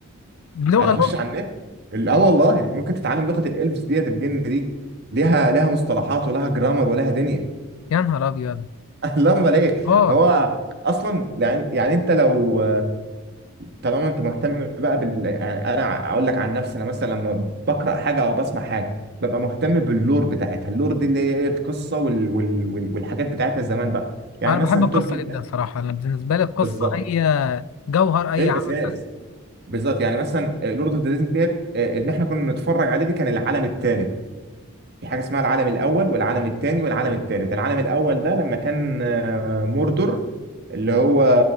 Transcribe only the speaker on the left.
بلغة
لغة
يا نهار ابيض
اه
انا
بحب القصة
جدا
صراحة انا بالنسبة لي القصة
هي جوهر اي
عمل